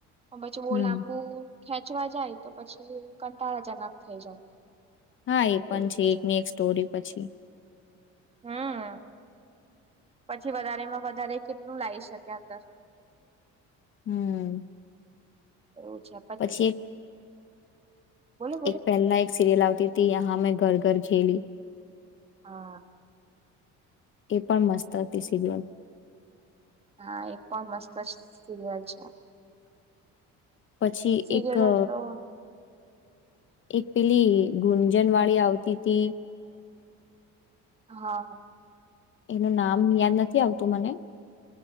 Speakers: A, on the right; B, on the left.
A: ક પછી બો
B: હમ
A: લાંબુ ખેંચવા જાય તો પછી કંટાળા જનક થઈ જાય.
B: હા એ પણ
A: એવું થઈ
B: છે એકની એક સ્ટોરી પછી.
A: હમ્મ, પછી વધારેમાં વધારે કેટલું લાવી શકે અંદર.
B: હમ્મ.
A: એવું છે
B: પછી
A: બોલો બોલો
B: એક પેલા એક સિરિયલ આવતી તી હામે ઘર કર ખેલી.
A: હા.
B: એ પણ મસ્ત હતી સીરિયલ.
A: હા એ પણ મસ્ત જ સિરિયલ છે.
B: પછી
A: સિરિયલો
B: એક અ
A: તો
B: એક પેલી ગુંજન વાળી આવતી તી.
A: હા.
B: એનું નામ યાદ નથી આવતું મને.